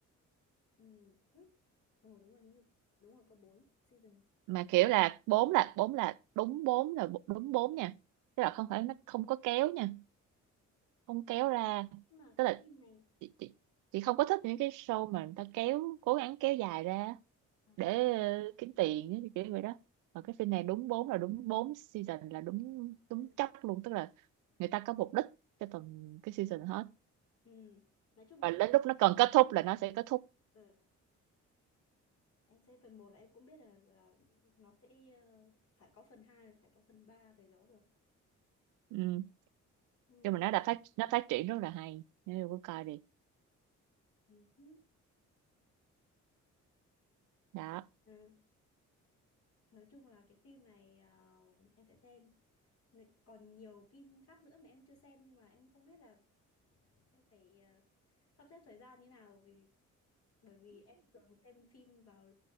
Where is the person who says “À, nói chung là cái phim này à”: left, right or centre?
Left